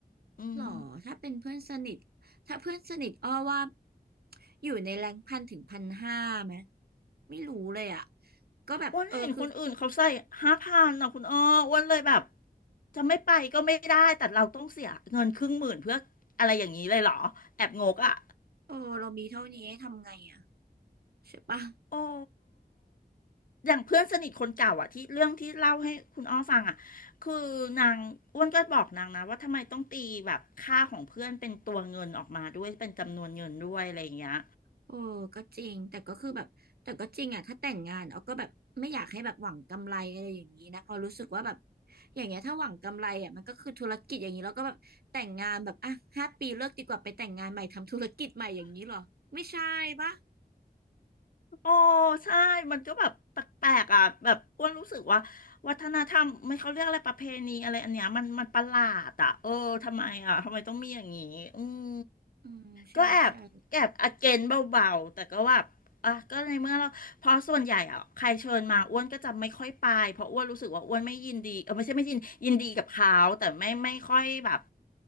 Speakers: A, on the left; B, on the right.
A: อืม
B: หรอถ้าเป็นเพื่อนสนิทถ้าเพื่อนสนิทอ้อว่าอยู่ในแรงพันถึงพันห้าไหมไม่รู้เลยอ่ะก็แบบเออคือ
A: อ้วนเห็นคนอื่นเขาใส่ห้าพันนะคุณอ้ออ้วนเลยแบบจะไม่ไปก็ไม่ได้แต่เราต้องเสียเงินครึ่งหมื่นเพื่ออะไรอย่างนี้เลยเหรอแอบงกอ่ะ
B: เออเรามีเท่านี้ทำไงอ่ะใช่ปะ
A: โอ้อย่างเพื่อนสนิทคนเก่าอะที่เรื่องที่เล่าให้คุณอ้อฟังอะคือนางอ้วนก็บอกนางนะว่าทำไมต้องตีแบบค่าของเพื่อนเป็นตัวเงินออกมาด้วยเป็นจำนวนเงินด้วยอะไรอย่างเงี้ย
B: เออก็จริงแต่ก็คือแบบแต่ก็จริงอ่ะถ้าแต่งงานออาก็แบบไม่อยากให้แบบหวังกำไรอะไรอย่างนี้นะเพอรู้สึกว่าแบบอย่างเงี้ยถ้าหวังกำไรอ่ะมันก็คือธุรกิจอย่างนี้แล้วก็แบบแต่งงานแบบอ่ะห้าปีเลิกดีกว่าไปแต่งงานใหม่ทำธุรกิจใหม่อย่างนี้เหรอไม่ใช่ปะ
A: โอ้ใช่มันก็แบบแปลกๆอ่ะแบบอ้วนรู้สึกว่าวัฒนธรรมไม่เขาเรียกอะไรประเพณีอะไรอันเนี้ยมันมันประหลาดอ่ะเออทำไมอ่ะทำไมต้องมีอย่างนี้อืม
B: อืมใช่ใช่
A: ก็แอบแอบอเกนเบาๆแต่ก็แบบอ่ะก็ในเมื่อเราเพราะส่วนใหญ่อ่ะใครเชิญมาอ้วนก็จะไม่ค่อยไปเพราะอ้วนรู้สึกว่าอ้วนไม่ยินดีเออไม่ใช่ไม่ยินยินดีกับเขาแต่ไม่ไม่ค่อยแบบ